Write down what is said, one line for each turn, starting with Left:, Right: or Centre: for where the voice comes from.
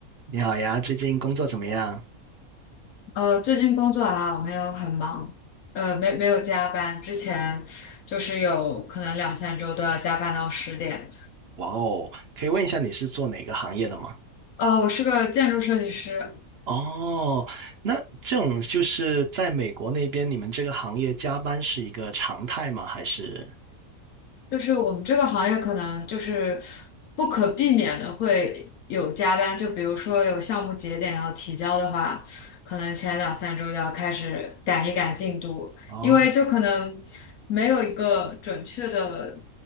Right: 你好呀，最近工作怎么样？
Left: 呃，最近工作啊，没有很忙，呃，没没有加班。之前就是有可能两三周都要加班到十点。
Right: 哇哦，可以问一下你是做哪个行业的吗？
Left: 呃，我是个建筑设计师，
Right: 哦，那这种就是在美国那边，你们这个行业加班是一个常态吗？还是？
Left: 就是我们这个行业可能就是不可避免的会有加班，就比如说有项目节点要提交的话，可能前两三周就要开始赶一赶进度，
Right: 哦，
Left: 因为就可能没有一个准确的